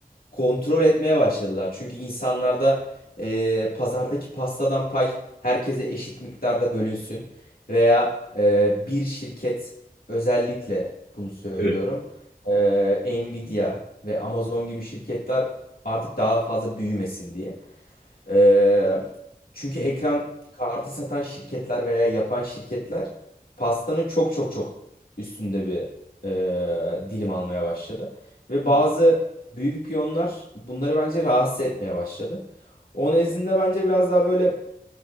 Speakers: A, on the left; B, on the left.
A: kontrol etmeye başladılar. Çünkü insanlarda e, pazardaki pastadan pay herkese eşit miktarda bölünsün. Veya e, bir şirket özellikle bunu söylüyorum.
B: Evet.
A: e, Nvidia ve Amazon gibi şirketler artık daha fazla büyümesin diye. Ee, çünkü ekran
B: Hmm.
A: kartı satan şirketler veya yapan şirketler pastanın çok çok çok üstünde bir e, dilim almaya başladı. Ve
B: Hmm.
A: bazı büyük piyonlar bunları bence rahatsız etmeye başladı. O nezdinde bence biraz daha böyle